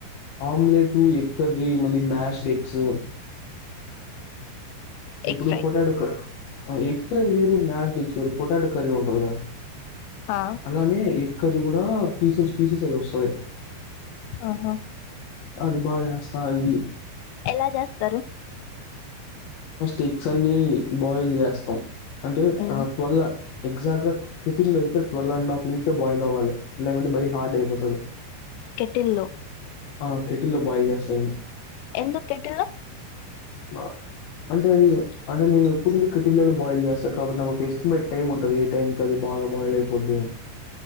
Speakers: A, on the left; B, on the left.
A: ఆమ్లెట్, ఎగ్ కర్రీ, మళ్ళీ మ్యాష్డెగ్స్ ఇప్పుడు
B: ఎగ్ ఫ్రై
A: పొటాటో క ఎగ్ ఫ్రై వేరు మ్యాష్డేగ్స్ వేరు పొటాటో కర్రీ ఉంటది కదా
B: ఆ
A: అలానే ఎగ్ కర్రి కూడా పీసెస్ పీసెస్ అవి వస్తది
B: ఆహా
A: అది బాగ చేస్తా ఇయ్యి
B: ఎలా చేస్తరు
A: స్టిక్స్ ఎగ్స్ అన్ని బాయిల్ చేస్తాం అంటే
B: ఉమ్
A: అహ ట్వెల్ల ఎక్సాక్ట్ గా కేటిల్ లో అయితే twelve and half minute boil అవ్వాలి లేకుంటే మరీ హార్డ్ అయిపోతది
B: కెటిల్లో
A: ఆ కేటిల్లో బాయిల్ చేస్తా ఇంగ
B: ఎందుకు కెటిల్లో
A: బా అంటే అది అంటే నేను ఎప్పుడ్నుంచొ కెటిల్లోనే బాయిల్ చేస్త కాబట్టి నాకు ఒక ఎస్టిమేట్ టైమ్ ఉంటుంది ఏ టైం కది బాగ బాయిల్ అయిపోద్ది అని